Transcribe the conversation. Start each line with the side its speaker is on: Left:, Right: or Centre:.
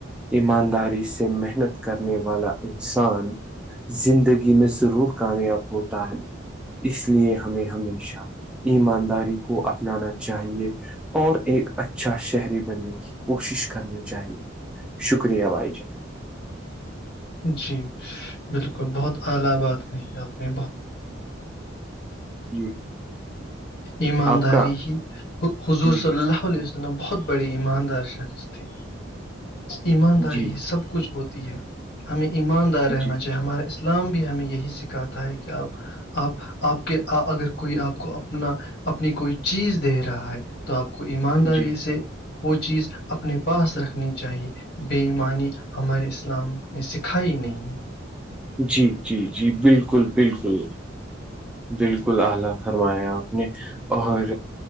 Centre: ایمانداری سے محنت کرنے والا انسان زندگی میں ضرور کامیاب ہوتا ہے اس لیے ہمیں ہمیشہ ایمانداری کو اپنانا چاہیے اور ایک اچھا شہری بننے کی کوشش کرنی چاہیے شکریہ بھائی جان
Left: جی بالکل بہت اعلی بات کہی اپ نے
Centre: جی
Left: ایمانداری
Centre: آپ کا
Left: ہی حضور
Centre: جی
Left: صلی اللہ علیہ مط بہت بڑی ایماندار شخص تھی ایمانداری
Centre: جی
Left: سب کچھ ہوتی ہے ہمیں ایماندار رہنا
Centre: جی
Left: چاہیے ہمارے اسلام بھی ہمیں یہی سکھاتا ہے کہ آپ آپ آپ کے اگر کوئی آپ کو اپنا اپنی کوئی چیز دے رہا ہے تو آپ کو ایمانداری
Centre: جی
Left: سے وہ چیز اپنے پاس رکھنی چاہیے بےمانی ہمارے اسلام نے سکھائیائی نہیں
Centre: جی جی جی بالکل بالکل بالکل اعلی فرمایا آپ نے اور